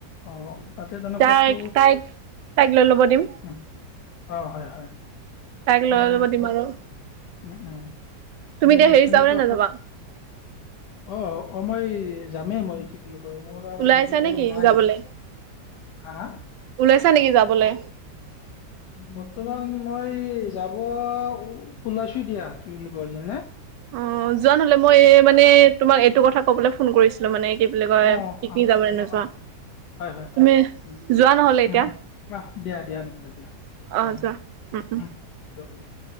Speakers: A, on the left; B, on the right.
A: অ তাতে তেনে
B: তাইক
A: ফটো
B: তাইক তাইক লৈ ল'ব দিম
A: উ অ হয় হয়
B: তাইক
A: মানে
B: লৈ ল'ব দিম
A: ফট
B: আৰু
A: উম উম
B: তুমি
A: এ
B: এতিয়া হেৰি
A: সেনেকুৱা
B: যাবানে নাযাবা
A: ফল অ অ মই যামেই মই শিকিলো মোৰ <unintelligible>
B: ওলাইছা
A: বেছি
B: নেকি
A: টাইম নাই
B: যাবলে?
A: হা, হা?
B: ওলাইছা নেকি যাবলৈ
A: বৰ্তমান মই যাব ওলাইছো দিয়া কি বুলি কৈ হৈছে নে
B: অ যোৱা নহলে মই এই মানে তোমাক এইটো কথা ক'বলৈ ফোন কৰিছিলো মানে কি বুলি কয়
A: অ
B: পিকনিক
A: অ
B: যাবলৈ
A: অ
B: নোযোৱা।
A: অ অ হয় হয় হয়
B: তুমি
A: উ
B: যোৱা নহ'লে এতিয়া?
A: উম উ আহ দিয়া দিয়া নহলে দিয়া
B: অ',
A: হ'ব উ
B: যোৱা উম, উম।
A: <unintelligible>